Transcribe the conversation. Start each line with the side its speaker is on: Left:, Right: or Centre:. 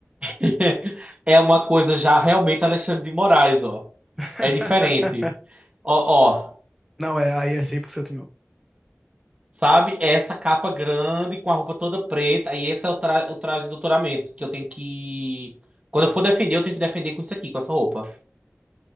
Right: <laughs> é uma coisa já realmente Alexandre de Moraes, ó.
Centre: <laughs>
Right: É diferente. Ó, ó.
Centre: Não, é, aí é 100% meu.
Right: Sabe? Essa capa grande, com a roupa toda preta. Aí esse é o, tra o traje de doutoramento, que eu tenho que. Quando eu for defender, eu tenho que defender com isso aqui, com essa roupa.